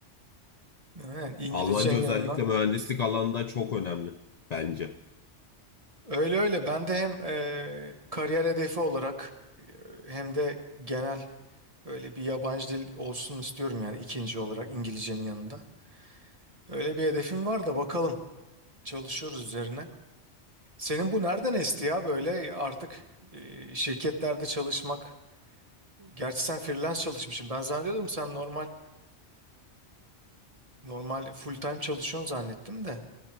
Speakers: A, on the right; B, on the left.
A: Yani İngilizcenin
B: Almanca özellikle
A: yanına.
B: mühendislik alanında çok önemli bence.
A: Öyle öyle ben de hem e, kariyer hedefi olarak e, hem de genel böyle bir yabancı dil olsun istiyorum yani ikinci olarak İngilizcenin yanında. Öyle bir hedefim var da bakalım çalışıyoruz üzerine. Senin bu nereden esti ya böyle artık e, şirketlerde çalışmak? Gerçi sen freelance çalışmışsın. Ben zannediyordum sen normal Normal full time çalışıyorsun zannettim de.